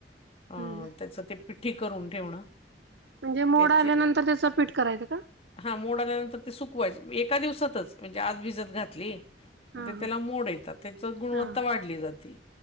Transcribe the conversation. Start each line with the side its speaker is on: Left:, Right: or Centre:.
Left: अं
Right: हम्म
Left: त्याच ते पिठीठी करून ठेवणं.
Right: म्हणजे मोडा
Left: त्याची
Right: आल्यानंतर त्याचं पीठ करायचं का.
Left: हा मोड आल्यानंतर ते सुकवायचे एका दिवसातच म्हणजे आज भिजत घातली.
Right: हा हा
Left: त्याला मोड येतात त्याच गुणवत्ता
Right: हा
Left: वाढली जाते